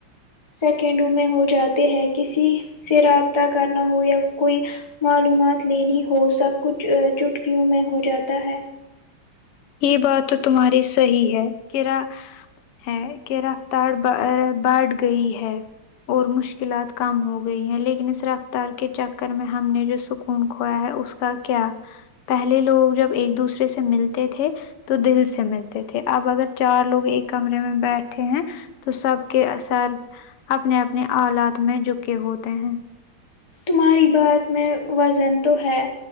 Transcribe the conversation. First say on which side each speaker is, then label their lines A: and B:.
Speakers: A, on the left; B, on the left.
A: سیکنڈوں میں ہو جاتے ہیں کسی سے رابطہ کرنا ہو یا کوئی معلومات لینی ہو سب کچھ چٹکیوں میں ہو جاتا ہے
B: یہ بات تو تمہاری صحیح ہے کہیرا ہے کہ رفتار بڑھ گئی ہے اور مشکلات کم ہو گئی ہیں لیکن اس رفتار کے چکر میں ہم نے جو سکون کھویا ہے اس کیا پہلے لوگ جب ایک دوسرے سے ملتے تھے تو دل سے ملتے تھے اب اگر چار لوگ ایک کمرے میں بیٹھے ہیں تو سب کے اثر اپنے اپنے اولد میں جکے ہوتے ہیں
A: تمہاری بات میں وزن تو ہے